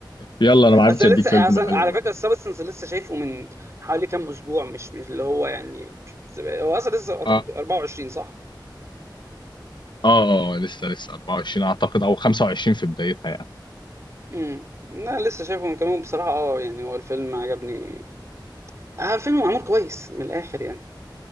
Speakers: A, on the left; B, on the right.
A: يلا انا ما عرفتش
B: اصل أنا
A: اديك
B: لسه
A: فيلم
B: اصل
A: حلو
B: على
A: بقى
B: فكره السبستنس لسه شايفه من حوالي كام اسبوع مش مش اللي هو يعني مش من زمان. هو اصلا لسه اعتقد
A: اه
B: 24 صح
A: اه آه، لسه لسه 24 اعتقد او 25 في بدايتها يعني
B: امم انا لسه شايفه من كام يوم بصراحه اه يعني هو الفيلم عجبني اه الفيلم معمول كويس من الاخر يعني